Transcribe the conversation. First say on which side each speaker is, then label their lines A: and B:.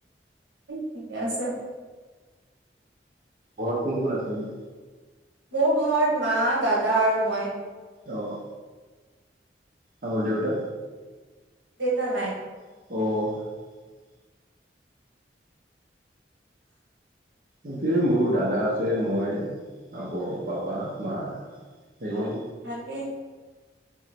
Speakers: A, on the right; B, on the right.
A: ঠিকে আছে।
B: ঘৰত কোন কোন আছে নো?
A: মোৰ ঘৰত মা, দাদা আৰু মই।
B: অ' আক দেউতা?
A: দেটা নাই।
B: অ' একে মোৰো দাদা আছে, মই আকৌ পাপা, মা। সেয়াই।
A: অ' ভালেই।